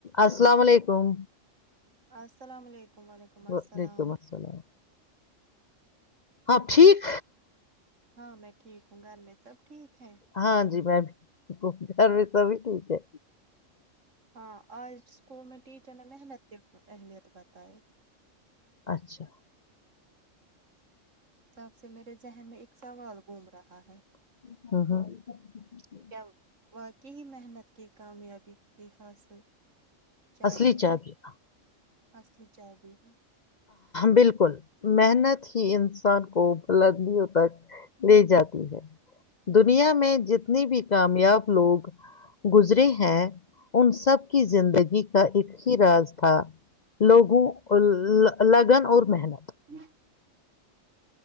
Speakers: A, on the left; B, on the right.
A: السلام علیکم
B: السلام علیکم وعلیکم السلام
A: وعلیکم السلام ہاں ٹھیک
B: ہاں میں ٹھیک ہوں گھر میں سب ٹھیک ہیں
A: ہاں جی میں بھی گھر میں توب بھی ٹھیک ہے
B: ہاں آج اسکول میں ٹیچر نے محنت کر اہمیت بتائےیں
A: اچھا
B: تب سے میرے ذہن میں ایک سوال گھوم رہا ہے
A: <inaudible>
B: کیا واقعی محنت کے کامیابی گ حاصل چابی
A: اصلی چاہ
B: ہے
A: بھیھیا
B: اصلی چاہیی ہے <unintelligible> <unintelligible>
A: بالکل محنت ہی انسان کو بلندیوں تک لے جاتی ہے دنیا میں جتنی بھی کامیاب لوگ گزرے ہیں ان سب کی زندگی کا ایک ہی راز تھا لوگوں ال لگن اور محنت
B: <inaudible>